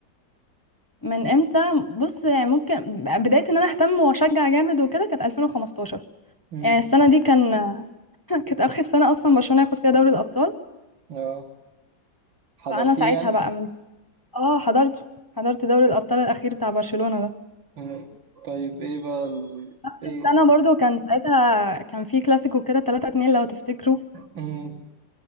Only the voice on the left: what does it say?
من امتى بص يعني ممكن بداية ان انا اهتم واشجع جامد وكده كانت 2015
يعني السنة دي كان <laughs> كانت اخر سنة اصلا برشلونة ياخد فيها دوري الابطال
فانا ساعتها
بقى من اه حضرته حضرت دوري الابطال الاخير بتاع برشلونة ده
نفس
السنة برضو كان ساعتها كان في كلاسيكو كده 3 2 لو تفتكروا